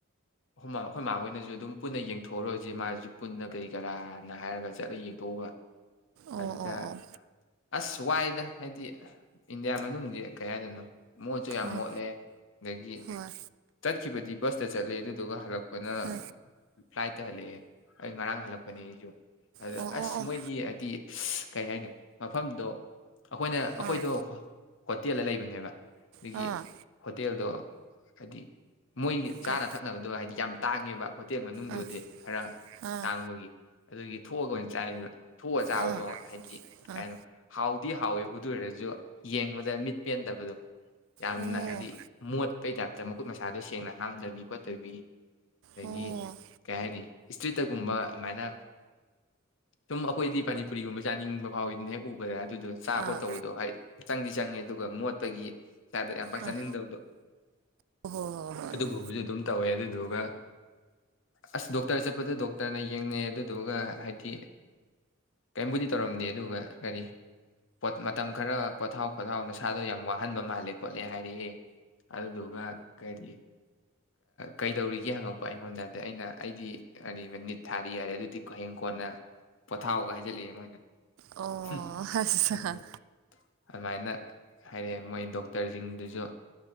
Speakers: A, on the left; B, on the right.
A: ꯑꯩꯈꯣꯏ ꯃꯥꯥꯍꯣꯏꯅꯁꯨ ꯑꯗꯨꯝ ꯄꯨꯟꯅ ꯌꯦꯡꯊꯣꯛꯎꯔꯁꯦ ꯃꯥꯁꯨ ꯄꯨꯟꯅ ꯀꯔꯤ ꯀꯔꯥꯅ ꯍꯥꯏꯔꯒ ꯆꯠꯂꯒ ꯌꯦꯡꯊꯣꯛꯎꯕ
B: ꯑꯣ
A: ꯑꯗꯨꯗ
B: ꯑꯣ ꯑꯣ
A: ꯑꯁ ꯋꯥꯏꯗ ꯍꯥꯏꯗꯤ ꯏꯟꯗꯤꯌꯥ ꯃꯅꯨꯡꯁꯦ ꯀꯩ ꯍꯥꯏꯗꯅꯣ ꯃꯣꯠꯁꯨ ꯌꯥꯝ
B: ꯑꯥ
A: ꯃꯣꯠꯂꯦ ꯑꯗꯒꯤ
B: ꯍꯣꯏ
A: ꯆꯠꯈꯤꯕꯗꯤ ꯕꯁ ꯆꯠꯂꯤ ꯑꯗꯨꯗꯨꯒ ꯍꯜꯛꯄ ꯄꯅ
B: ꯑꯥ
A: ꯐ꯭ꯂꯥꯏꯠꯇ ꯍꯜꯂꯛꯑꯦ ꯑꯩ ꯉꯔꯥꯡ ꯍꯜꯂꯛꯄꯅꯦ ꯑꯩꯁꯨ ꯑꯗꯨꯗ
B: ꯑꯣ ꯑꯣ
A: ꯑꯁ
B: ꯑꯣ
A: ꯃꯣꯏꯒꯤ ꯍꯥꯏꯗꯤ ꯀꯩ ꯍꯥꯏꯅꯤ ꯃꯐꯝꯗꯣ ꯑꯈꯣꯏꯅ
B: ꯑꯥ
A: ꯑꯈꯣꯏꯗꯣ ꯍꯣꯇꯦꯜꯗ ꯂꯩꯕꯅꯦꯕ ꯗꯨꯒꯤ
B: ꯑꯥ
A: ꯍꯣꯇꯦꯜꯗꯣ ꯍꯥꯏꯗꯤ ꯃꯣꯏꯒꯤ ꯆꯥꯅ
B: ꯀꯩ
A: ꯊꯛꯅꯕꯗꯣ ꯍꯥꯏꯗꯤ ꯌꯥꯝ ꯇꯥꯡꯉꯦꯕ ꯍꯣꯇꯦꯜ ꯃꯅꯨꯡꯗꯨꯗꯤ
B: ꯑꯥ
A: ꯈꯔ
B: ꯑꯥ
A: ꯇꯥꯡꯕꯒꯤ ꯑꯗꯨꯒꯤ ꯊꯣꯛꯑꯒ ꯑꯣꯏꯅ ꯆꯥꯏꯕ ꯊꯣꯛꯑꯒ ꯆꯥꯕꯗꯣ
B: ꯑꯥ
A: ꯍꯥꯏꯗꯤ
B: ꯑꯥ
A: ꯀꯩꯅꯣ ꯍꯥꯎ ꯗꯤ ꯍꯥꯎꯋꯦꯕ ꯑꯗꯨ ꯑꯣꯏꯔꯁꯨ ꯌꯦꯡꯕꯗ ꯃꯤꯠ ꯄꯦꯟꯗꯕꯗꯣ ꯌꯥꯝꯅ
B: ꯑꯣ
A: ꯍꯥꯏꯗꯤ ꯃꯣꯠꯄꯩ ꯇꯥꯏꯞ ꯃꯈꯨꯠ ꯃꯁꯥꯗꯨꯣ ꯁꯦꯡꯅ ꯍꯥꯝꯗꯕꯤ ꯈꯣꯠꯇꯕꯤ ꯍꯥꯏꯗꯤ
B: ꯑꯣ
A: ꯀꯩ ꯍꯥꯏꯅꯤ ꯏꯁꯇ꯭ꯔꯤꯠꯇꯒꯨꯝꯕ ꯑꯗꯨꯃꯥꯏꯅ ꯁꯨꯝ ꯑꯩꯈꯣꯏꯗꯤ ꯄꯅꯤꯄꯨꯔꯤꯒꯨꯝꯕ ꯆꯥꯅꯤꯡꯕ ꯐꯥꯎꯤꯗꯅ ꯍꯦꯛ ꯎꯕꯗ ꯑꯗꯨꯗꯣ ꯆꯥ
B: ꯑꯥ ꯑꯥ
A: ꯈꯣꯠ ꯇꯧꯕꯗꯣ ꯍꯥꯏ ꯆꯪꯗꯤ ꯆꯪꯉꯦ ꯑꯗꯨꯒ ꯃꯣꯠꯄꯒꯤ ꯏꯁꯥꯗ ꯌꯥꯝ ꯄꯥꯛꯆꯅꯤꯡꯗꯕꯗꯣ
B: ꯑꯥ ꯍꯣ ꯍꯣ ꯍꯣꯏ ꯍꯣꯏ
A: ꯑꯗꯨꯒꯨꯝꯕꯁꯨ ꯑꯗꯨꯝ ꯇꯧꯋꯦ ꯑꯗꯨ ꯗꯨꯒ ꯑꯁ ꯗꯣꯛ ꯇꯔ ꯑꯗꯨ ꯗꯣꯛꯇꯔꯅ ꯌꯦꯡꯅꯩꯌꯦ ꯑꯗꯨ ꯑꯗꯨꯒ ꯍꯥꯏꯗꯤ ꯀꯩꯝꯕꯨꯗꯤ ꯇꯧꯔꯝꯗꯦ ꯑꯗꯨꯒ ꯀꯔꯤ ꯄꯣꯠꯃꯠ ꯃꯇꯝ ꯈꯔ ꯄꯣꯊꯥꯎ ꯈꯣꯊꯥꯎ ꯅꯁꯥꯗꯣ ꯌꯥꯝ ꯋꯥ ꯍꯟꯕ ꯃꯥꯜꯂꯦ ꯈꯣꯠꯂꯦ ꯍꯥꯏꯔꯛꯑꯦ ꯑꯗꯨꯗꯨꯒ ꯀꯔꯤ ꯀꯩꯗꯧꯔꯤꯒꯦ ꯍꯪꯉꯛꯄ ꯑꯩꯉꯣꯟꯗ ꯑꯗꯩ ꯑꯩꯅ ꯑꯩꯗꯤ ꯀꯔꯤꯕ ꯅꯤꯠ ꯊꯥꯔꯤ ꯍꯥꯏꯔꯦ ꯑꯗꯨꯗꯤ ꯍꯌꯦꯡ ꯀꯣꯟꯅ ꯄꯣꯊꯥꯎ ꯀ ꯍꯥꯏꯖꯜꯂꯛꯑꯦ ꯃꯣꯏꯅ
B: ꯑꯣ
A: ꯍꯨꯝ
B: ꯑꯁ
A: ꯑꯗꯣ ꯑꯗꯨꯃꯥꯏꯅ ꯍꯥꯏꯔ ꯃꯣꯏ ꯗꯣꯛꯇꯔꯁꯤꯡꯗꯨꯁꯨ